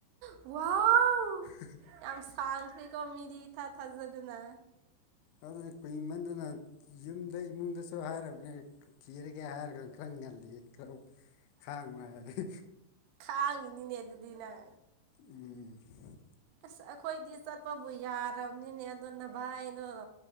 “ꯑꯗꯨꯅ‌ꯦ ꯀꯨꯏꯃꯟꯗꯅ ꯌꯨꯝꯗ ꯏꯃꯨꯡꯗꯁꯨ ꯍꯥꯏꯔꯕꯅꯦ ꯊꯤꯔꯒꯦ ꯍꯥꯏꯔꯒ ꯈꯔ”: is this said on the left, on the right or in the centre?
Left